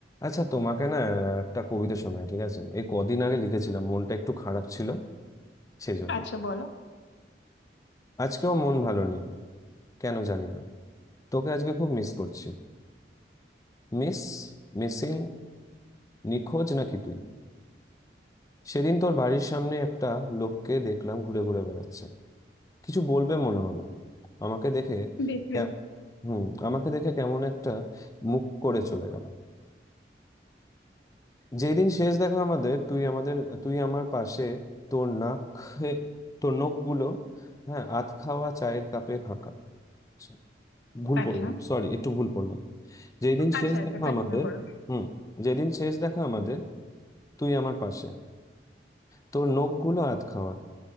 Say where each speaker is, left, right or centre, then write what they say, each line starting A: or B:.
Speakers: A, on the left (about 20°); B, on the left (about 85°).
A: আচ্ছা তোমাকে না একটা কবিতা শোনাই ঠিক আছে এই কদিন আগে লিখেছিলাম মনটা একটু খারাপ ছিল সেজন্য
B: আচ্ছা বলো
A: আজকেও মন ভালো নেই কেন জানি না তোকে আজকে খুব মিস করছি মিস মিসিং নিখোঁজ নাকি তুই সেদিন তোর বাড়ির সামনে একটা লোককে দেখলাম ঘুরে ঘুরে বেড়াচ্ছে কিছু বলবে মনে হলো আমাকে দেখে
B: বেশ
A: কে-
B: বেশ
A: হুম আমাকে দেখে কেমন একটা মুখ করে চলে গেল যেদিন শেষ দেখা আমাদের তুই আমাদের তুই আমার পাশে তোর নাক খে- তোর নখগুলো হ্যাঁ আধ খাওয়া চায়ের কাপে ফাঁকা আচ্ছা, ভুল
B: আচ্ছা
A: পড়লাম সরি একটু ভুল পড়লাম যেদিন
B: আচ্ছা
A: শেষ
B: আচ্ছা
A: দেখা
B: কন্টিনিউ
A: আমাদের
B: করো
A: হুম যেদিন শেষ দেখা আমাদের তুই আমার পাশে তোর নখগুলো আধ খাওয়া